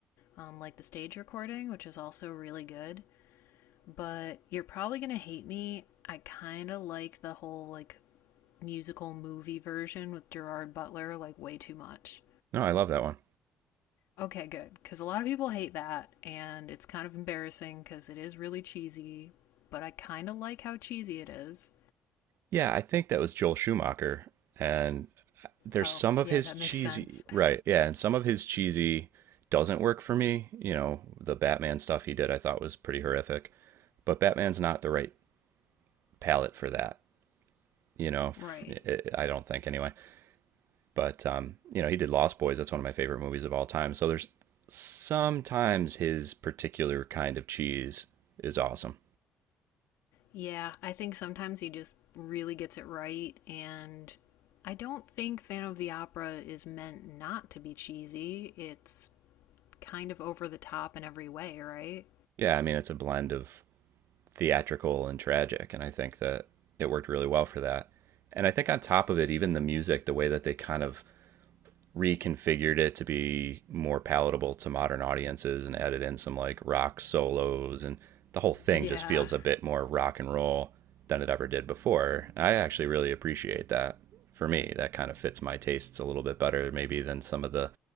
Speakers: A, on the left; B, on the right.
A: um, like the stage recording, which is also really good. But you're probably gonna hate me. I kind of like the whole like musical movie version with Gerard Butler like way too much.
B: No, I love that one.
A: Okay, good, because a lot of people hate that, and it's kind of embarrassing because it is really cheesy. But I kind of like how cheesy it is.
B: Yeah, I think that was Joel Schumacher, and there's
A: Oh,
B: some of
A: yeah,
B: his
A: that
B: cheesy
A: makes sense.
B: right yeah and some of his cheesy doesn't work for me you know the batman stuff he did i thought was pretty horrific But Batman's not the right palette for that, you know.
A: Right.
B: I don't think anyway. But um, you know, he did Lost Boys. That's one of my favorite movies of all time. So there's sometimes his particular kind of cheese is awesome.
A: Yeah, I think sometimes he just really gets it right. And I don't think Phantom of the Opera is meant not to be cheesy. It's kind of over the top in every way, right?
B: Yeah, I mean, it's a blend of theatrical and tragic, and I think that it worked really well for that. And I think on top of it, even the music, the way that they kind of reconfigured it to be more palatable to modern audiences and added in some like rock solos and the whole thing
A: Yeah,
B: just feels a bit more rock and roll than it ever did before. And I actually really appreciate that. For me, that kind of fits my tastes a little bit better maybe than some of the